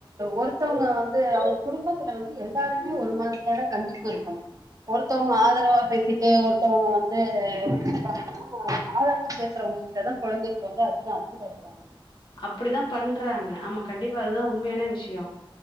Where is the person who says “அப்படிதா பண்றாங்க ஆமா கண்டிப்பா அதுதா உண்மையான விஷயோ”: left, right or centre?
Left